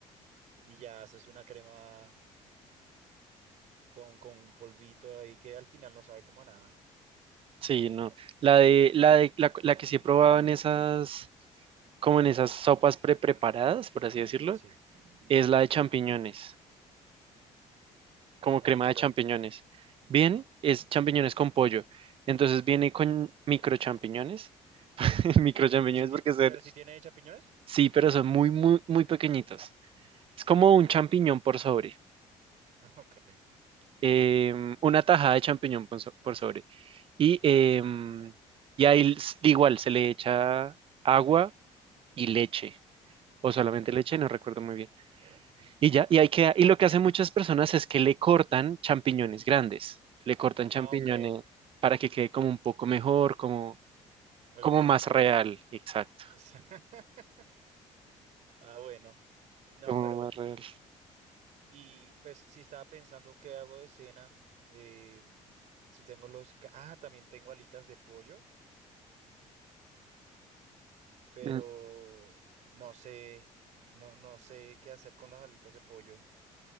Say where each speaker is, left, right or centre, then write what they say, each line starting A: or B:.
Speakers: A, on the right; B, on the right.
A: y ya haces una crema con, con un polvito ahí que al final no sabe como a nada.
B: Sí, no. La de, la de, la, la que sí he probado en esas, como en esas sopas pre-preparadas, por así decirlo,
A: Sí.
B: es la de champiñones, como crema
A: Ay, ¿qué
B: de
A: tal?
B: champiñones. Bien, es champiñones con pollo. Entonces viene con micro champiñones, <laughs> micro champiñones
A: Si tie-
B: porque son,
A: ¿Pero si tiene champiñones?
B: sí, pero son muy, muy, muy pequeñitos. Es como un champiñón por sobre.
A: Ok.
B: em, una tajada de champiñón por, so- por sobre. Y, em, y ahí s- igual se le echa agua y leche, o solamente
A: ujú.
B: leche, no recuerdo muy bien. Y ya, y ahí queda. Y lo que hacen muchas personas es que le cortan champiñones grandes, le cortan champiñones
A: Ah, ok.
B: para que quede como un poco mejor, como,
A: Algo
B: como
A: más
B: más
A: natural.
B: real, exacto,
A: <laughs> Ah, bueno. No,
B: como
A: pero,
B: más real.
A: y pues si estaba pensando qué hago de cena, eh, si tengo los... ca- Ah, también tengo alitas de pollo, pero
B: Mm,
A: no sé, no, no sé qué hacer con las alitas de pollo,